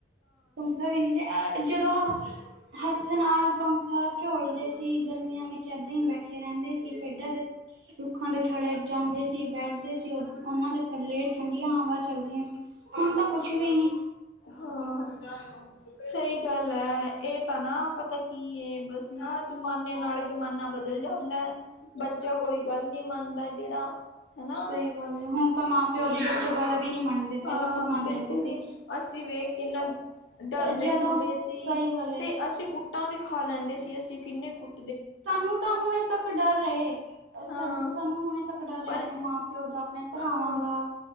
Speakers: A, on the right; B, on the left.
A: ਪੰਖਾ ਵੀ, ਨਹੀਂ ਸੀ ਅ ਜਦੋਂ। ਹੱਥ ਨਾਲ ਪੰਖਾ ਝੋਲਦੇ ਸੀ। ਗਰਮੀਆਂ ਵਿੱਚ, ਏਦਾਂ ਹੀ ਬੈਠੇ ਰਹਿੰਦੇ ਸੀ, ਪੇਡਾਂ ਦੇ- ਰੁੱਖਾਂ ਦੇ ਥੱਲੇ ਜਾਂਦੇ ਸੀ, ਬੈਠਦੇ ਸੀ, ਉਹਨਾਂ ਦੇ ਥੱਲੇ ਠੰਡੀਆਂ ਹਵਾ, ਚੱਲਦੀਆਂ ਸੀ। ਹੁਣ ਤਾਂ, ਕੁਛ ਵੀ ਨੀ।
B: ਹਾਂ, ਸਹੀ ਗੱਲ ਹੈ। ਇਹ ਤਾਂ ਨਾ, ਪਤਾ ਕੀ ਏ, ਬਸ। ਨਾ ਜਮਾਨੇ ਨਾਲ, ਜਮਾਨਾ ਬਦਲ ਜਾਂਦਾ ਐ। ਬੱਚਾ ਕੋਈ ਗੱਲ। ਨੀ ਮੰਨਦਾ, ਜਿਹੜਾ ਹਨਾ।
A: ਸਹੀ ਗੱਲ ਹੈ ਹੁਣ ਤਾਂ ਮਾਂ ਪਿਓ ਦੀ ਬੱਚੇ ਗੱਲ ਵੀ ਨਹੀਂ ਮੰਨਦੇ।
B: ਹਾਂ,
A: ਪਹਿਲਾਂ ਤਾਂ ਮੰਨ
B: ਬਿਲਕੁਲ
A: ਲੈਂਦੇ ਸੀ
B: ਨਹੀਂ। ਅਸੀਂ ਵੇਖ ਕਿਨਾ ਡਰਦੇ
A: ਜਦੋਂ
B: ਹੁੰਦੇ ਸੀ,
A: ਸਹੀ ਗੱਲ ਏ
B: ਤੇ। ਅਸੀਂ ਕੁੱਟਾਂ ਵੀ, ਖਾ ਲੈਂਦੇ ਸੀ, ਅਸੀਂ ਕਿੰਨੇ। ਕੁੱ-
A: ਸਾਨੂੰ ਤਾਂ ਹੁਣੇ, ਤੱਕ ਡਰ ਹੇ,
B: ਹਾਂ
A: ਸਾਨੂੰ ਹੁਣੇ ਤੱਕ ਡਰ
B: ਪਰ
A: ਹੇ ਆਪਣੇ ਮਾਂ- ਪਿਓ ਦਾ। ਆਪਣੇ- ਭਰਾਵਾਂ
B: ਹਾਂ।
A: ਦਾ